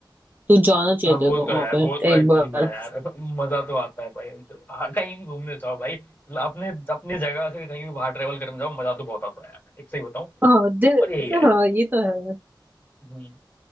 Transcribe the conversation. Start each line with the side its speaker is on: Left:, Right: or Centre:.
Right: तू जाना चाहिए
Left: हाँ
Right: तेरे
Left: वो
Right: को
Left: तो
Right: वहां
Left: है
Right: पे
Left: वो तो
Right: एक
Left: एक्चुअली
Right: बार
Left: में है यार मजा तो आता है भाई हाँ, कहीं भी घूमने जाओ भाई मतलब अपने अपनी जगह से कहीं भी बाहर ट्रेवल करने जाओ मजा तो बहुत आता है यार ठीक सही बताऊं
Right: हाँ दिल
Left: पर यही है
Right: हाँ ये तो है
Left: हम्म।